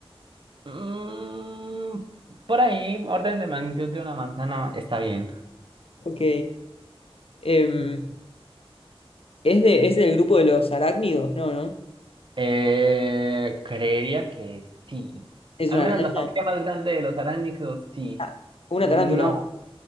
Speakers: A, on the right; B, on the left.
A: Mm, por ahí, orden de magnitud de una manzana está bien.
B: Ok. Em, ¿es de, es del grupo de los arácnidos? No, ¿no?
A: Eh, creería que sí.
B: ¿Es
A: Al
B: una
A: menos
B: araña?
A: la familia más grande de los arácnidos, sí.
B: Ah, una
A: No,
B: tarántula.